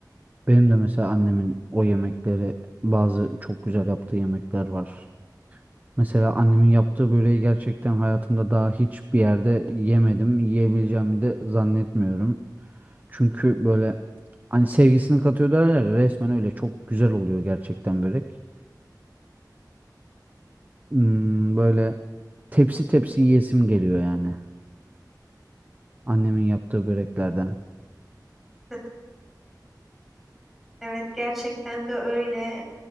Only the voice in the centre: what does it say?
<laughs> Evet gerçekten de öyle.